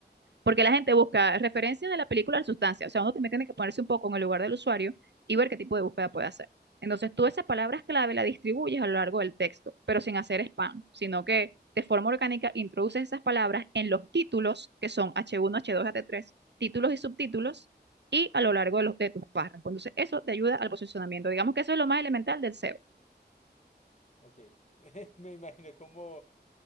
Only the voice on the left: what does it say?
Ok, <laughs> me imagino como